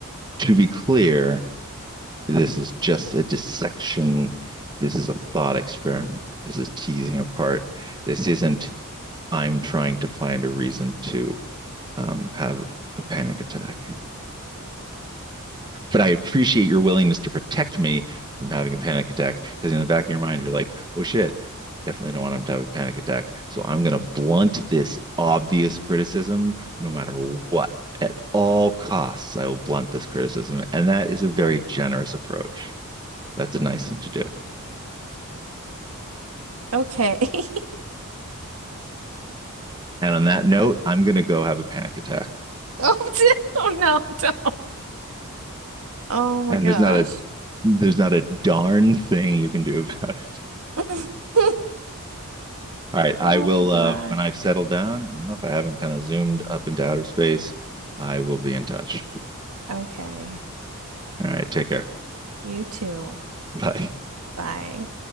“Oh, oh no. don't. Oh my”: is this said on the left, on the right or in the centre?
Right